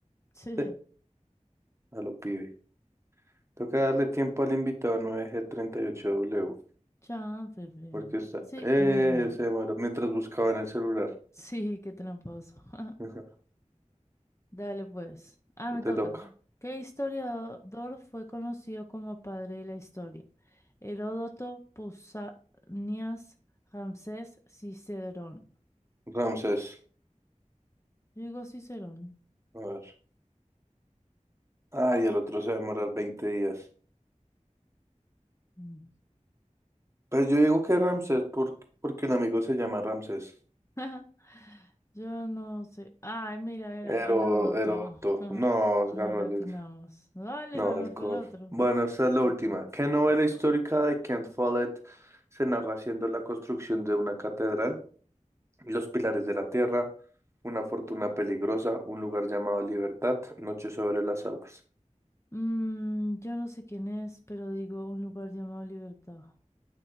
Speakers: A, on the left (about 20°); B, on the right (about 20°).
A: Sí,
B: <laughs> A lo pibe. Toca darle tiempo al invitado nueve g treinta y ocho w
A: chanfle, fre.
B: porque está...
A: Sí,
B: Eh,
A: muy bien.
B: se demoró mientras buscaba en el celular.
A: Sí, qué tramposo. <laughs>
B: <laughs> Ajá,
A: Dale pues. Ah, me
B: Te
A: toca.
B: toca.
A: ¿Qué historiador fue conocido como padre de la historia? Heródoto, Pausanias, Ramsés, Cicerón.
B: Ramses.
A: Yo digo Cicerón.
B: A ver. Ah, y el otro se va a demorar 20 días.
A: Mm.
B: Pues yo digo que Ramses, por- porque un amigo se llama Ramses.
A: <laughs> Yo no sé. Ay, mira, era
B: Ero,
A: Heródoto.
B: Eroto.
A: <laughs>
B: No, ganó
A: No le
B: el
A: atinamos. Dale,
B: No,
A: no
B: alcohol.
A: fue el otro.
B: Bueno, esta es la
A: Ya
B: última.
A: está.
B: ¿Qué novela
A: Epa.
B: histórica de Kent Follett se narra siendo la construcción de una catedral, los pilares de la tierra, una fortuna peligrosa, un lugar llamado Libertad, Noche sobre las aguas?
A: Mm, yo no sé quién es, pero digo un lugar llamado Libertad.